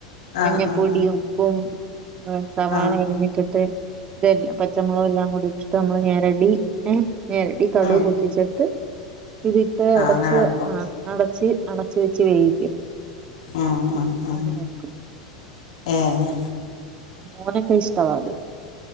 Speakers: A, on the left; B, on the right.
A: ആഹ്
B: മഞ്ഞപ്പൊടി
A: ആഹ്
B: ഉപ്പും സവാള
A: ആഹ് ആഹ്
B: അരിഞ്ഞിട്ടിട്ട് ഇതെല്ലാം പച്ചമുളക് എല്ലാം കൂടി ഇട്ടിട്ട് നമ്മള് ഞരടി ഏ ഞരടി കടു
A: ഉം
B: പൊട്ടിച്ചിട്ട് ഇതിട്ട്
A: ആഹ്
B: അടച്ച്
A: അങ്ങനെ വെക്കും
B: ആ അടച്ച് അടച്ച വെച്ച് വേവിക്കും
A: ഉം ഉം ഉം
B: അങ്ങനെ എടുക്കും
A: ഏഹ്
B: മോനൊക്കെ ഇഷ്ടാവാ അത്